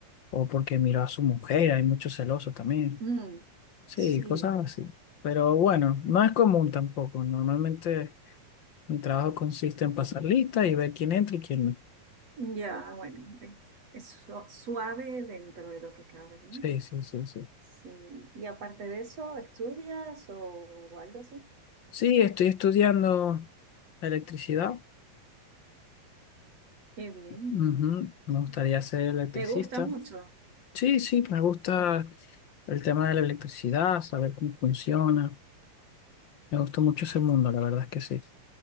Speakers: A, on the left (about 75°); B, on the right (about 45°).
A: o porque miró a su mujer. Hay muchos celosos también.
B: Mm,
A: Sí,
B: sí,
A: cosas así. Pero bueno, no es común tampoco. Normalmente... Mi trabajo consiste en pasar lista y ver quién entra y quién no.
B: ya, bueno, eh, es su- suave dentro de lo que cabe, ¿no?
A: Sí, sí, sí, sí.
B: Sí. Y aparte de eso, ¿estudias o algo así?
A: Sí, estoy estudiando electricidad.
B: Qué bien.
A: Ujú, Me gustaría ser electricista.
B: ¿Te gusta mucho?
A: Sí, sí, me gusta el tema de la electricidad, saber cómo funciona. Me gustó mucho ese mundo, la verdad es que sí.